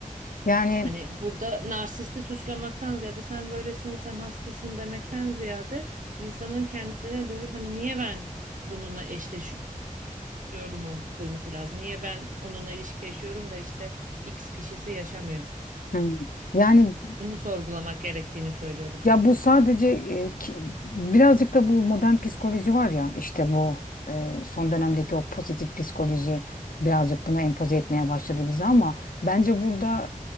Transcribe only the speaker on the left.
Yani
Hmm. yani
Ya bu sadece e, ki- birazcık da bu modern psikoloji var ya işte bu e, son dönemdeki o pozitif psikoloji birazcık bunu empoze etmeye başladı bize ama bence burada